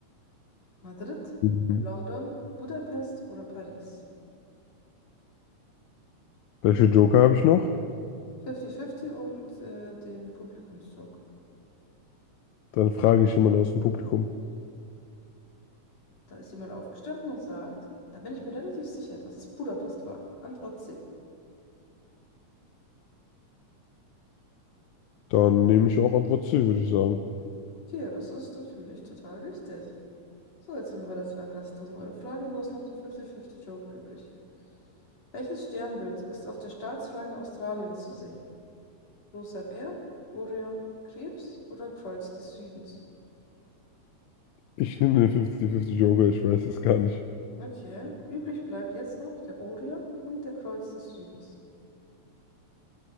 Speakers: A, on the left; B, on the left.
A: Madrid,
B: Mhm.
A: London, Budapest oder Paris?
B: Welche Joker habe ich noch?
A: 50-50 und äh, den Publikumsjoke.
B: Dann frage ich jemanden aus dem Publikum.
A: Da ist jemand aufgestanden und sagt, da bin ich mir relativ sicher, dass es Budapest war. Antwort C.
B: Dann nehme ich auch Antwort C, würde ich sagen.
A: Okay, das ist natürlich total richtig. So, jetzt sind wir bei der 32.000 Euro Frage und du hast noch den 50-50 Joker übrig. Welches Sternbild ist auf der Staatsflagge Australiens zu sehen? Großer Bär, Orion, Krebs oder Kreuz des Südens.
B: Ich nehme den fünfzig-fünfzig Joker, ich weiß es gar nicht.
A: Okay, übrig bleibt jetzt noch der Orion und der Kreuz des Südens.